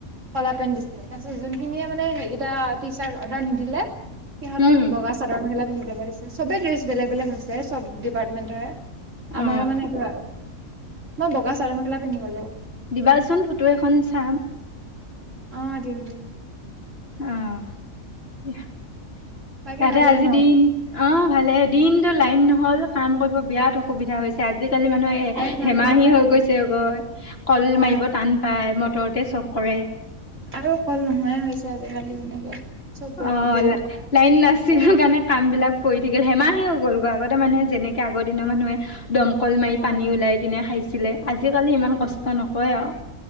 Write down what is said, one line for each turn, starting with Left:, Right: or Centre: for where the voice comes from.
Right: কলা পেণ্ট দিছিলে। তাৰপিছত যোনখিনিয় মানে সেই কেইটা টি চাৰ্ট অৰ্ডাৰ নিদিলে সিহঁতক
Left: উম
Right: বগা চাদৰ মেখেলা পিন্ধি যাব দিছে, চবে ড্ৰেছ বেলেগ বেলেগ হৈছে চব ডিপাৰ্টমেণ্টৰে। আমাৰো
Left: অ
Right: মানে এইটো আৰু মই বগা চাদৰ মেখেলা পিন্ধি গলো।
Left: দিবাচোন ফটো এখন চাম
Right: অ দিম দিয়া।
Left: আহ ইহতে
Right: বাকী ভালে
Left: আজিৰ
Right: ন
Left: দিন অ ভালে দিনতটো লাইন নহল কাম কৰিব বিৰাট অসুবিধা হৈছে। আজিকালি মানুহে
Right: কাৰেণ্ট
Left: এ
Right: নাথাকিলে
Left: হেমাহি হৈ গৈছেগৈ। কল
Right: অ
Left: মাৰিব টান পায় ম ভিতৰতে চব কৰে
Right: আৰু কল নোহোৱাই হৈছে আজিকালি যেনেকে চব
Left: অ
Right: বইম কৰা
Left: লাইন নাছিল
Right: নপৰে
Left: কাৰণে কাম বিলাক পৰি থাকিল। হেমাহি হৈ গলগৈ আগতে মানুহে যেনেকে আগৰ দিনৰ মানুহে দমকল মাৰি
Right: অ
Left: পানী ওলাই কিনে খাইছিলে, আজিকালি ইমান
Right: উম
Left: কষ্ট নকয় আৰু।